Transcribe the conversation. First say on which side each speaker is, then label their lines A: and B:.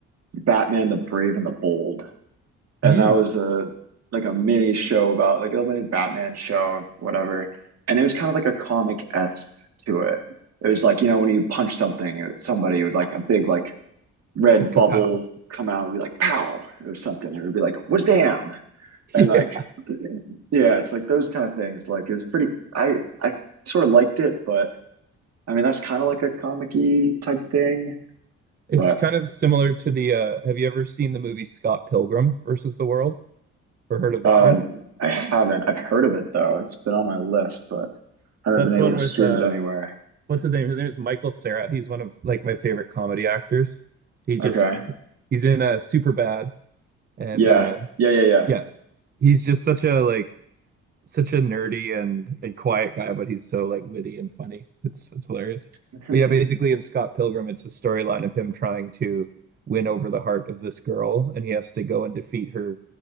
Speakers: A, on the right; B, on the right.
A: Batman the Brave and the Bold. And
B: mm,
A: that was a like a mini show about like a mini Batman show, whatever. And it was kind of like a comic-esque to it. It was like, you know, when you punch something, uh, somebody would like a big like red
B: the kapow.
A: bubble come out and be like pow or something. It would be like, was damn.
B: <laughs>
A: And like
B: Yeah,
A: <clears throat> yeah, it's like those kind of things. Like it was pretty I I sort of liked it, but I mean, that's kind of like a comic-y type thing,
B: it's
A: but
B: kind of similar to the uh have you ever seen the movie Scott Pilgrim versus the World or heard of that
A: uh,
B: one?
A: I haven't. I've heard of it though. It's been on my list, but I haven't
B: That's
A: been able
B: one
A: to
B: with
A: stream
B: uh
A: it anywhere.
B: what's his name? His name is Michael Cera. He's one of like my favorite comedy actors. He's
A: Okay.
B: just he's in uh super bad and
A: Yeah.
B: uh
A: Yeah. Yeah.
B: yeah, he's just such a like such a nerdy and and quiet guy, but he's so like witty and funny. It's it's hilarious.
A: Yeah.
B: But yeah, basically
A: <laughs>
B: in Scott Pilgrim, it's a storyline of him trying to win over the heart of this girl, and he has to go and defeat her